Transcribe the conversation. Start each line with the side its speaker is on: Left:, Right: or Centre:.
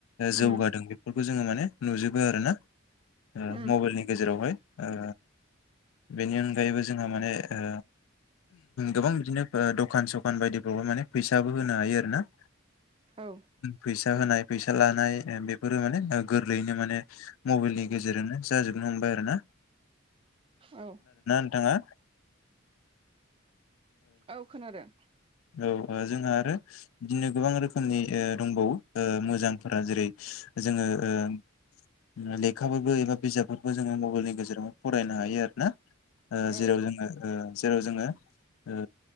Right: उम
Left: जौगादों बेफोरखौ जोङो माने नुजोबो आरोना ओ
Right: उम
Left: मबाइलनि गेजेरावहाय ओ बेनि अनगायैबो जोंहा माने ओ गोबां बिदिनो ओ दखान सखान बायदिफ्रावबो माने फैसाबो होनो हायो आरो ना।
Right: औ।
Left: फैसा होनाय फैसा लानाय ओ बेफोरो माने ओ गोरलैयैनो माने मबाइलनि गेजेरजोंनो जाजोबनो हमबाय आरो ना।
Right: औ
Left: नोंथाङा
Right: औ खोनादों।
Left: औ ओ जोंहा आरो बिदिनो गोबां रोखोमनि ओ दंबावो ओ मोजांफोरा जेरै जोङो ओ लेखाफोरबो एबा बिजाबफोरबो जोङो मबाइलनि गेजेराव फरायनो हायो आरो ना। ओ
Right: औ
Left: जेराव जोङो जेराव जोङो ओ